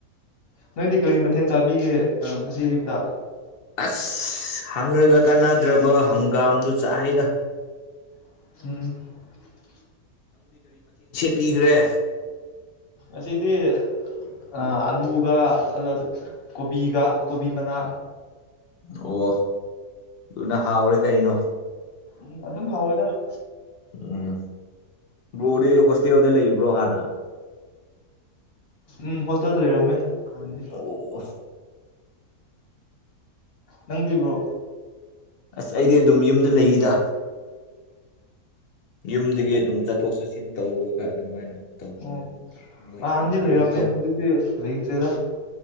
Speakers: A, on the left (about 45°); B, on the left (about 75°).
A: ꯅꯣꯏꯗꯤ ꯀꯔꯤ ꯃꯊꯦꯜ ꯆꯥꯕꯤꯒꯦ ꯉꯁꯤ ꯑꯌꯨꯛꯇ
B: ꯑꯁ ꯍꯪꯔꯒ ꯀꯥꯟꯅꯗ꯭ꯔꯕ ꯍꯪꯒꯥꯝꯗꯨ ꯆꯥꯏꯌꯦꯗ
A: <unintelligible>
B: ꯄꯤꯒ꯭ꯔꯦ
A: ꯑꯁꯤꯗꯤ ꯑ ꯑꯂꯨꯒ ꯑꯗꯨꯒ ꯀꯣꯕꯤꯒ ꯀꯣꯕꯤ ꯃꯅꯥ
B: ꯑꯣ ꯗꯨꯅ ꯍꯥꯎꯔꯦ ꯀꯩꯅꯣ
A: ꯎꯝ ꯑꯗꯨꯝ ꯍꯥꯎꯋꯦꯗ
B: ꯎꯝ ꯕ꯭ꯔꯣꯗꯤ ꯍꯣꯁꯇꯦꯜꯗ ꯂꯩꯕ꯭ꯔꯣ ꯍꯥꯟꯅ
A: ꯎꯝ ꯍꯣꯁꯇꯦꯜꯗ ꯂꯩꯔꯝꯃꯦ ꯍꯥꯟꯗꯤ
B: ꯑꯣ
A: ꯅꯪꯗꯤ ꯕ꯭ꯔꯣ
B: ꯑꯁ ꯑꯩꯗꯤ ꯑꯗꯨꯝ ꯌꯨꯝꯗ ꯂꯩꯌꯦꯗ ꯌꯨꯝꯗꯒꯤ ꯑꯗꯨꯝ ꯆꯠꯊꯣꯛ ꯆꯠꯁꯤꯟ ꯇꯧꯔꯒ ꯑꯗꯨꯃꯥꯏꯅ ꯑꯗꯨꯝ ꯇꯧꯕꯅꯦ
A: ꯑꯣ
B: ꯑꯗꯨꯒꯤ ꯂꯣꯏꯈ꯭ꯔꯕꯅꯤꯅꯀꯣ
A: ꯅꯍꯥꯟꯗꯤ ꯂꯩꯔꯝꯃꯦ ꯍꯨꯖꯤꯛꯇꯤ ꯂꯩꯇ꯭ꯔꯦꯗ